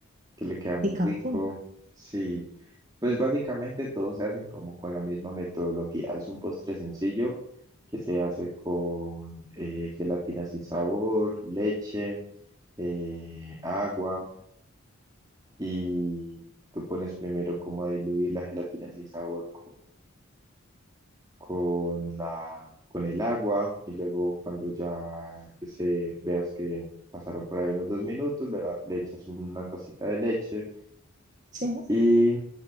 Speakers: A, on the right; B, on the right.
A: que le queda muy
B: De café,
A: rico. Sí, pues básicamente todos se hacen como con la misma metodología. Es un postre sencillo que se hace con eh, gelatina sin sabor, leche, eh, agua y tú pones primero como a diluir la gelatina sin sabor con la, con el agua y luego cuando ya se veas que pasaron por ahí unos dos minutos, le, va- le echas una tacita de leche
B: sí.
A: y